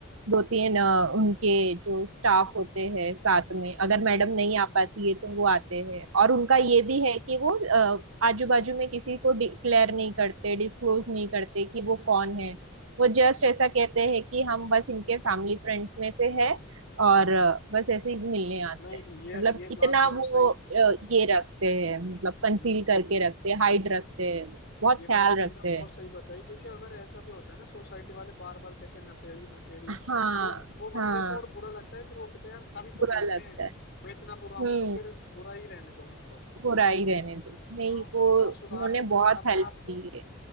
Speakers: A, on the right (about 65°); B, on the left (about 55°).
A: दो तीन अ, उनके जो स्टाफ होते हैं साथ में अगर मैडम नहीं आ पाती है तो वो आते हैं और उनका ये भी है कि वो आजू बाजू में किसी को डिक्लेयर नहीं करते डिस्क्लोज नहीं करते कि वो कौन है वो जस्ट ऐसा कहते हैं कि हम बस इनके फैमिली फ्रेंड्स में से है और अ, बस ऐसे ही मिलने आते
B: नहीं
A: हैं
B: ये
A: मतलब
B: ये
A: इतना
B: बात बहुत
A: वो
B: सही
A: अ, ये रखते हैं मतलब कंसील
B: ये
A: करके रखते हैं हाइड रखते हैं बहुत
B: ये
A: ख्याल
B: बात तुमने
A: रखते
B: बहुत
A: हैं
B: सही बताई क्योंकि अगर ऐसा भी होता है ना सोसाइटी वाले बार बार कहते हैं नशेड़ी नशेड़ी
A: हाँ
B: तो वो बंदे
A: हाँ
B: को और बुरा लगता है फिर वो कहते हैं यार सभी तो
A: बुरा
B: बोलते
A: लगता
B: हैं
A: है
B: मैं इतना बुरा हूं
A: हम्म
B: तो फिर बुरा ही रहने दो मुझको
A: बुरा ही
B: तो
A: रहने
B: वो
A: दो नहीं
B: हाँ
A: वो
B: फिर ना वो
A: उन्होंने
B: सुधारने ही ना
A: बहुत
B: अपने
A: हेल्प
B: आप
A: की
B: को
A: है